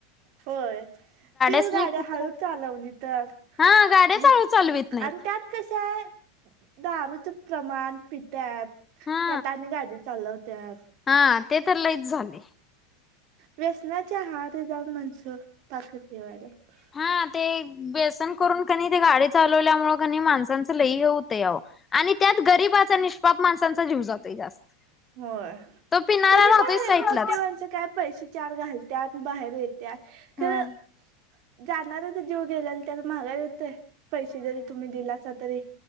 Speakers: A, on the right; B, on the left.
A: होय, तेच
B: स्लीप
A: गाड्या
B: होत्यात
A: हाळू चालवली तर
B: हा गाड्या
A: जस्
B: चालू चालवीत नाहीत
A: आन् त्यात कसं ये दारूचं प्रमाण पित्यातं
B: हा
A: त्यात आणि गाडी चालवत त्यात
B: हा ते तर लईच झालंय.
A: व्यसनाच्या आहारी जाऊन माणसं पारच हे व्हायल्यात
B: हा ते व्यसन करून कनी ते गाडी चालवल्यामुळ कनी माणसांचं लई हे होतयं आ ओ आणि त्यात गरीबाचा निष्पाप माणसांचा जीव जातोय जास्त.
A: होय,
B: तो पिणारा
A: त्यांनी
B: राहतोय
A: काय
B: साईटलाच
A: मोेठी माणसं काय पैसे चार घालत्यात बाहेर येत्यात. खरं,
B: हम्म
A: जाणाऱ्याचा जीव गेलेला त्याला माघारी येतोय, पैसे जरी तुम्ही दिला आसला तरी?